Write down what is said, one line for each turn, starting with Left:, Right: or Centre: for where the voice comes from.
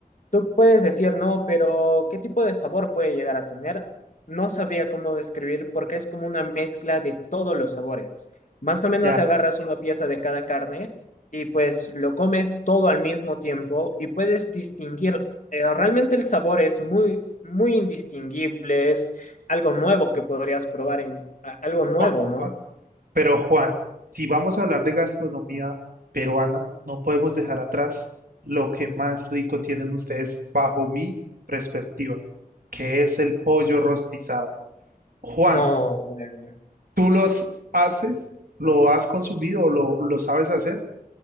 Left: tú puedes decir, no, pero ¿qué tipo de sabor puede llegar a tener? No sabría cómo describir porque es como una mezcla de todos los sabores. Más o menos
Right: ya,
Left: agarras una pieza de cada carne y pues lo comes todo al mismo tiempo y puedes distinguir, eh, realmente el sabor es muy, muy indistinguible, es algo nuevo que podrías probar en a- algo nuevo,
Right: Juan,
Left: ¿no?
Right: Juan. Pero Juan, si vamos a hablar de gastronomía peruana, no podemos dejar atrás lo que más rico tienen ustedes bajo mi perspectiva, que es el pollo rostizado. Juan,
Left: No, bueno.
Right: ¿Tú los haces? ¿Lo has consumido o lo, lo sabes hacer?